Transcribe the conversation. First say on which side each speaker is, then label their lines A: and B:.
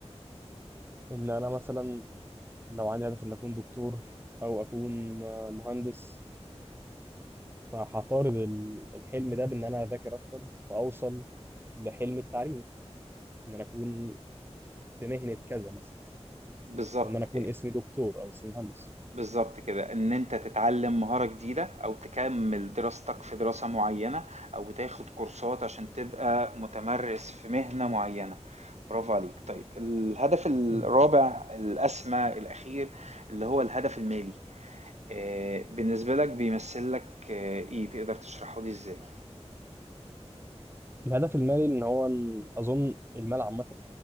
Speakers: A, on the right; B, on the right.
A: ان انا مثلا لو عندي هدف إن أكون دكتور أو أكون آه، مهندس فهطارد ال- الحلم ده بإن أنا أذاكر أكتر فأوصل لحلمي التعليمي إن أنا أكون في مهنة كذا مثلا
B: بالضبط،
A: وإن أنا أكون
B: آآ
A: اسمي دكتور أو اسمي مهندس
B: بالضبط كده، إن أنت تتعلّم مهارة جديدة أو تكمّل دراستك في دراسة معيّنة أو تاخد كورسات عشان تبقى متمرِّس في مهنة معيّنة. برافو عليك. طيب الهدف الرابع
A: مهم.
B: الأسمى الأخير اللي هو الهدف المالي، آآ بالنسبة لك بيمثّل لك آه، إيه، تقدر تشرحه لي إزاي؟
A: الهدف المالي إن هو إن أظن المال عامة